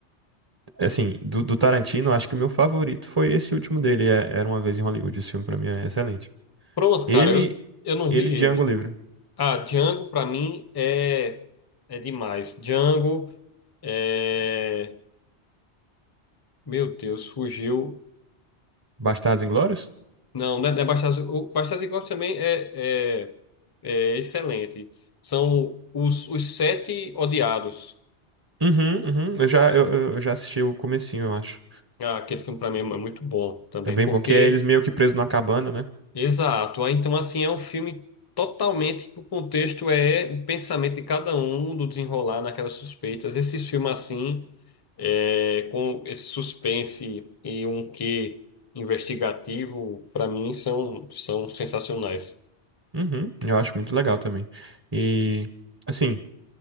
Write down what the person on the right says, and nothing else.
assim, do, do Tarantino, acho que o meu favorito foi esse último dele, é- Era Uma Vez em Hollywood. Esse filme pra mim é excelente.
Ele,
ele,
e Django Livre.
Bastardos Inglórios?
Uhum, uhum. Eu já, eu, eu eu já assisti o comecinho, eu acho.
É bem
bom, que é eles meio que presos numa cabana, né?
Uhum, eu acho muito legal também. E, assim,